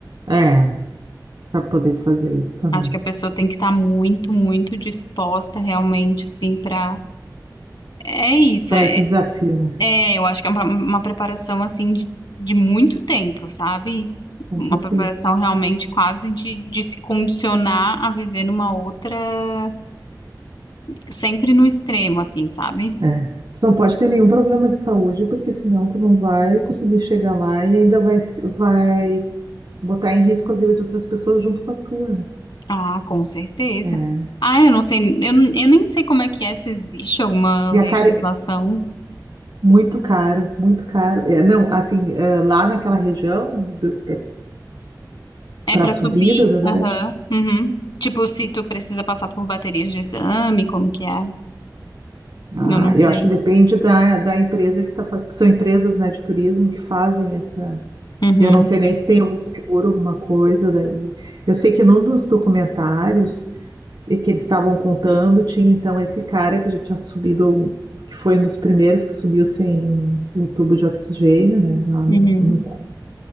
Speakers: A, on the right; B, on the left.
A: É, para poder fazer isso, né?
B: Acho que a pessoa tem que estar muito, muito disposta realmente, assim, pra. É isso,
A: Para
B: é,
A: esse desafio, né?
B: É, eu acho que é uma, uma preparação assim de, de muito tempo, sabe?
A: Com
B: Uma
A: certeza.
B: preparação realmente quase de, de se condicionar a viver numa outra, sempre no extremo, assim, sabe?
A: É. Tu não pode ter nenhum problema de saúde, porque senão tu não vai conseguir chegar lá e ainda vai, se- vai botar em risco a vida de outras pessoas junto com a tua, né?
B: Ah, com certeza.
A: É.
B: Ah, eu não sei, eu, eu nem sei como é que é, se existe alguma
A: E
B: legislação.
A: a cara, muito caro, muito caro. É, não, assim, é, lá naquela região, do,
B: É
A: para
B: para
A: a subida
B: subir,
A: do Everest,
B: aham, uhum. Tipo, se tu precisa passar por baterias de exame, como que é?
A: Ah,
B: Eu não sei.
A: eu acho que depende da, da empresa que está fazendo, porque são empresas, né, de turismo que fazem essa.
B: Uhum,
A: E Eu não sei nem se tem algum seguro, alguma coisa daí. Eu sei que num dos documentários eh, que eles estavam contando, tinha então esse cara que já tinha subido, que foi um dos primeiros que subiu sem o tubo de oxigênio, né, lá no,
B: uhum,
A: no